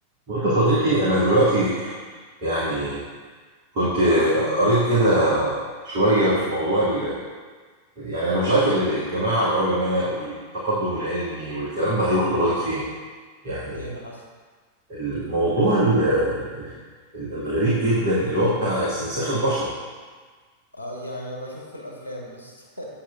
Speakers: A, on the right (about 40°); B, on the right (about 80°).
A: بص يا صديقي أنا دلوقتي يعني كنت قريت كده شوية في موضوع ال... يعني أنا مش عارف ال- الجماعة العلماء والتقدم العلمي والكلام ده هيروح لغاية فين يعني
B: ايه اللي حصل
A: الموضوع ال... ال- ال- الغريب جدا اللي هو بتاع استنساخ البشر
B: اه يعني انا بشوف في الافلام بس <laughs>